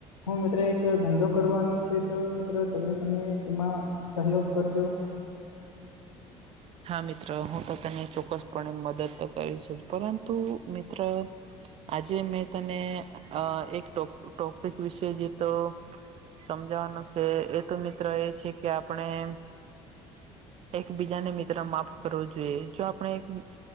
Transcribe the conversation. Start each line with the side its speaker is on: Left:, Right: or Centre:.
Left: હું મિત્રો એક ધંધો કરવાનો છે તો મિત્રો તમે મને એમાં- સહયોગ કરજો.
Right: હા મિત્ર હું તો તને ચોક્કસપણે મદદ તો કરીશ. પરંતુ મિત્ર આજે મેં તને એક ડો ટોપિક વિશે જેતો સમજાવાનું છે એ તો મિત્ર એ છે કે- પણ એમ એકબીજાને- માફ કરવું જોઈએ જો આપણે-